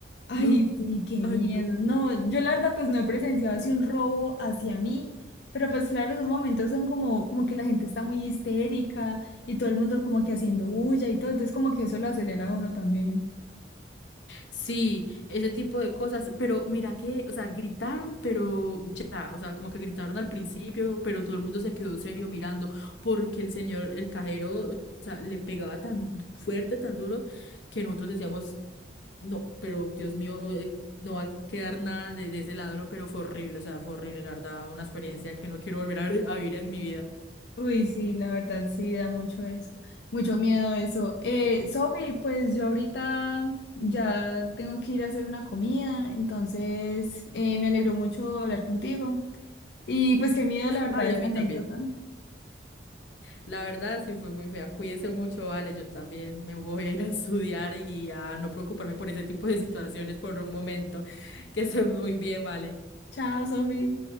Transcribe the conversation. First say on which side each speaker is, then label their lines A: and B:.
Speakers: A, on the left; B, on the left.
A: Ay,
B: No,
A: sí, qué
B: ay,
A: miedo.
B: no.
A: No, yo la verdad pues no he presenciado así un robo hacia mí, pero pues claro, esos momentos son como, como que la gente está muy histérica y todo el mundo como que haciendo bulla y todo, entonces como que eso lo acelera a uno también.
B: Sí, ese tipo de cosas, pero mira que, o sea, gritaron, pero ya, o sea, como que gritaron al principio, pero todo el mundo se quedó serio mirando porque el señor, el cajero, o sea, le pegaba tan du- fuerte, tan duro, que nosotros decíamos, no, pero Dios mío, eh, no va a quedar nada de, de ese ladrón, pero fue horrible, o sea, fue horrible, la verdad, una experiencia que no quiero volver a, a vivir en mi vida.
A: Uy, sí, la verdad sí da mucho eso, mucho miedo eso. Eh, Sofi, pues yo ahorita ya tengo que ir a hacer una comida, entonces eh, me alegró mucho hablar contigo y pues qué miedo la verdad
B: Ay,
A: esa
B: a mí
A: anécdota.
B: también. La verdad, sí fue muy fea. Cuídese mucho, vale. Yo también me voy a ir a estudiar y a no preocuparme por ese tipo de situaciones por un momento. Que estén muy bien, vale.
A: Chao, Sofi.